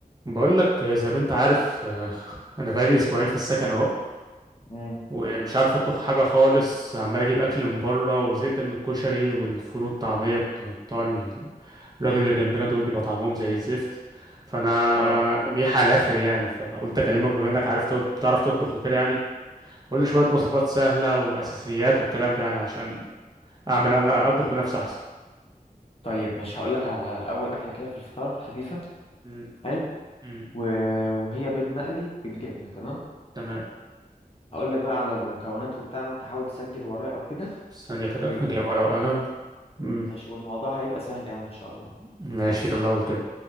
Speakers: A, on the right (about 25°); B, on the left (about 40°).
A: بقول لك زي ما انت عارف آه، انا بقالي اسبوعين في السكن اهو
B: امم
A: ومش عارف اطبخ حاجه خالص عمال اجيب اكل من بره وزهقت من الكشري والفول والطعميه بتاع بتوع ال- الراجل اللي جنبنا دول بيبقى طعمهم زي الزفت فانا
B: اه
A: ميح على الاخر يعني فقلت اكلمك بما انك عارف تط- بتعرف تطبخ وكده يعني قول لي شويه وصفات سهله واساسيات والكلام ده يعني عشان اعمل انا اطبخ بنفسي احسن
B: طيب مش هقول لك على الاول اكله كده في الفطار خفيفه
A: م-
B: حلو
A: م-
B: و... وهي بيض مقلي بالجبنه تمام
A: تمام
B: هقول لك بقى على المكونات وبتاع وانت حاول تسجل ورايا او كده
A: ثانيه كده
B: و...
A: جايب ورقه وقلم م-
B: ماشي والموضوع هيبقى سهل يعني ان شاء الله
A: ماشي
B: بص
A: يلا اقول كده